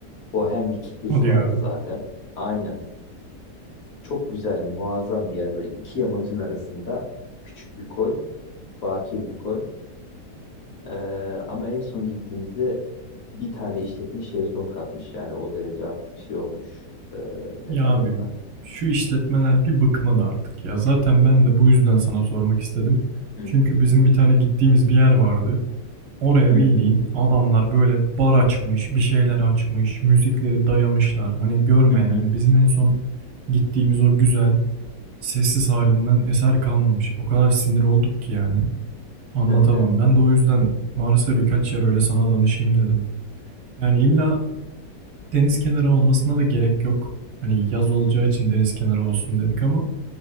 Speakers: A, on the left (about 60°); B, on the right (about 75°).
A: Bohem bir kitlesi
B: Hadi
A: vardı
B: ya.
A: zaten. Aynen. Çok güzel, muazzam bir yer. Böyle iki yamacın arasında küçük bir koy, bakir bir koy. Ee, ama en son gittiğimizde bir tane işletme şezlong katmış. Yani o derece artık şey olmuş. Ee, ne
B: Ya
A: derler
B: abi
A: ona?
B: şu işletmeler bir bıkmadı artık ya. Zaten ben de bu yüzden sana sormak istedim.
A: Hı
B: Çünkü
A: hı.
B: bizim bir tane gittiğimiz bir yer vardı. Oraya
A: Hı
B: bildiğin
A: hı.
B: adamlar böyle bar açmış, bir şeyler açmış, müzikleri dayamışlar. Hani görme
A: Hı hı.
B: yani bizim en son gittiğimiz o güzel, sessiz halinden eser kalmamış. O kadar sinir olduk ki yani. Anlatamam.
A: Hı hı.
B: Ben de o yüzden varsa birkaç yer öyle sana danışayım dedim. Yani illa deniz kenarı olmasına da gerek yok. Hani yaz olacağı için deniz kenarı olsun dedik ama